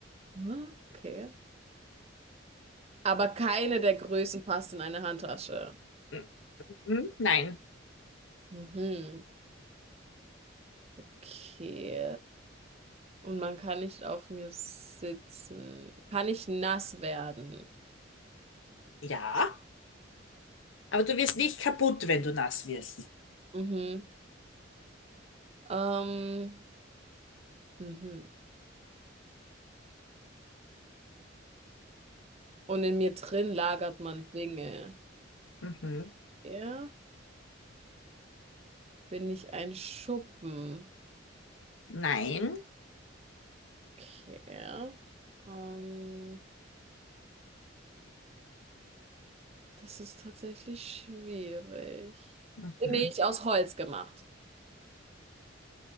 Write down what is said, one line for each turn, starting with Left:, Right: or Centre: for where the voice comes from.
Right: Ah, Okay. Aber keine der Größen passt in eine Handtasche.
Left: mhm. mhm, Nein,
Right: Mhm. Okay. Und man kann nicht auf mir sitzen. Kann ich nass werden?
Left: ja. Aber du wirst nicht kaputt, wenn du nass wirst.
Right: Mhm. Ähm, mhm. Und in mir drin lagert man Dinge.
Left: Mhm.
Right: Ja. Bin ich ein Schuppen?
Left: Nein.
Right: Okay. Ähm, das ist tatsächlich schwierig.
Left: Mhm.
Right: Bin ich aus Holz gemacht?